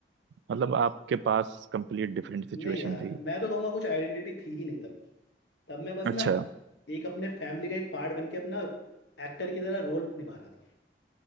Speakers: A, on the right; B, on the left.
A: मतलब आपके पास कंप्लीट डिफरेंट सिचुएशन
B: नहीं यार
A: थी
B: मैं तो कहूँगा कुछ आइडेंटिटी थी ही नहीं तब तब मैं बस
A: अच्छा
B: ना एक अपने फैमिली का एक पार्ट बन के अपना एक्टर की तरह रोल निभा रहा था